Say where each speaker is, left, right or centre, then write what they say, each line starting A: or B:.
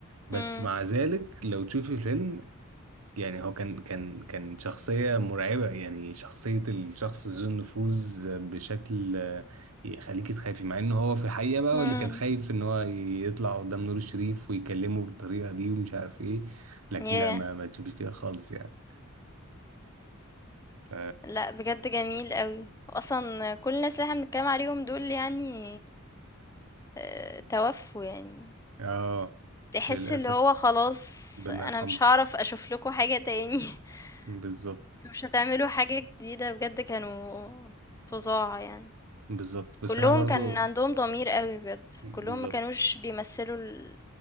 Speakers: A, on the right; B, on the left.
A: بس
B: إمم،
A: مع ذلك لو تشوفي الفيلم يعني هو كان كان كان شخصية مرعبة يعني شخصية الشخص ذو النفوذ بشكل آه، يخليك تخافي مع ان هو في الحقيقة بقى
B: إمم،
A: هو اللي كان خايف
B: <laughs>
A: ان هو يطلع قدام نور الشريف ويكلمه بالطريقة دي ومش عارف ايه لكن
B: ياه!
A: لا ما, ما تشوفش كده خالص يعني ف
B: لأ بجد جميل أوي، وأصلًا كل الناس اللي إحنا بنتكلم عليهم دول يعني آآ، توفوا يعني.
A: اه
B: تحس
A: للأسف
B: اللي هو خلاص
A: ربنا
B: أنا
A: يرحمه
B: مش هاعرف أشوف لكم حاجة تاني <laughs>
A: بالظبط
B: أنتم مش هتعملوا حاجة جديدة بجد كانوا فظاع يعني
A: بالظبط بس
B: كلهم
A: انا برضو
B: كان عندهم ضمير قوي بجد
A: بالظبط
B: كلهم ما كانوش بيمثلوا ال...